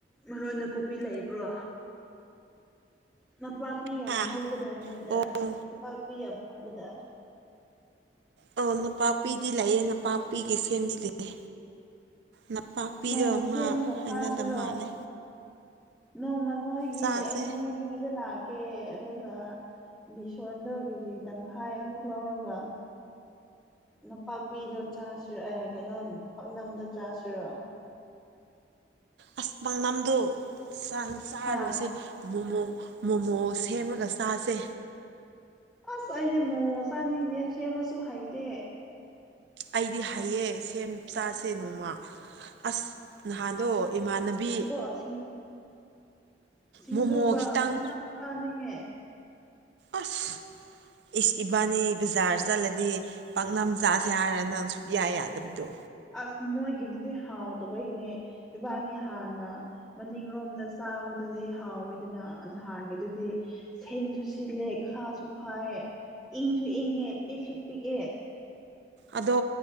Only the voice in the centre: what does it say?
ꯃꯔꯣꯏ ꯅꯥꯀꯨꯞꯄꯤ ꯂꯩꯕ꯭ꯔꯣ ꯅꯄꯥꯛꯄꯤ ꯌꯥꯝ
ꯍꯧꯕꯗꯥꯏ ꯅꯣꯏꯗ
ꯅꯄꯥꯛꯄꯤ ꯌꯥꯝ ꯍꯧꯕꯗꯥꯢ
ꯅꯣꯡꯃ ꯁꯦꯝꯃꯒ
ꯆꯥꯁꯤꯔꯣ
ꯅꯣꯡꯃ ꯅꯣꯏꯒꯤ
ꯑꯩ ꯅꯣꯏ ꯅꯣꯏꯗ ꯂꯥꯛ ꯀꯦ ꯑꯗꯨꯒ ꯕꯤꯁꯣꯟꯗꯣ ꯀꯦꯖꯤ ꯇꯪꯈꯥꯏ ꯑꯃꯨꯛ ꯂꯧꯔꯒ ꯅꯄꯥꯛꯄꯤꯗꯣ ꯆꯥꯁꯤꯔ ꯑꯦ ꯀꯩꯅꯣ ꯄꯥꯛꯅꯝꯗꯣ ꯆꯥꯁꯤꯔꯣ
ꯍꯥ
ꯑꯁ ꯑꯩꯗꯤ ꯃꯣꯃꯣ ꯆꯥꯅꯤꯡꯗꯦ ꯁꯦꯝꯃꯁꯨ ꯍꯩꯇꯦ
ꯄꯐꯤꯡ ꯁꯤꯡꯖꯨꯒ
ꯄꯥꯛꯅꯝ ꯆꯥꯅꯤꯡꯉꯦ
ꯑꯁ ꯃꯣꯏꯒꯤꯗꯨꯗꯤ ꯍꯥꯎꯇꯕꯩꯅꯦ ꯏꯕꯥꯅꯤ ꯍꯥꯟꯅ ꯃꯅꯤꯡꯔꯣꯝꯗ ꯆꯥꯕꯗꯨꯗꯤ ꯍꯥꯎꯋꯤꯗꯅ ꯅꯍꯥꯟꯒꯤꯗꯨꯗꯤ ꯁꯤꯟꯁꯨ ꯁꯤꯜꯂꯦ ꯈꯥꯁꯨ ꯈꯥꯌꯦ ꯏꯪꯁꯨ ꯏꯪꯉꯦ ꯄꯤꯛꯁꯨ ꯄꯤꯛꯑꯦ